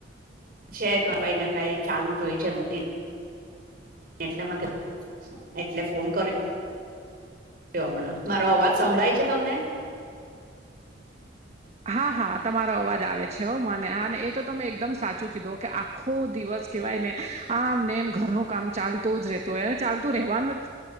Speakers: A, on the right; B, on the right.
A: છે કઈ ને કઈ ચાલુ જ હોય છે રૂટી ન એટલે મ એટલે ફોન કયુ ક હમણાં મારો અવાજ સંભળાય છે તમને
B: હા હા તમારો અવાજ આવે છે હો મનેાને એ તો તમે એકદમ સાચું કીધું કે આખો દિવસ કહેવાય ને આમ ને એમ ઘરનું કામ ચાલતું જ રહેતો હોય અને ચાલતું રહેવાનું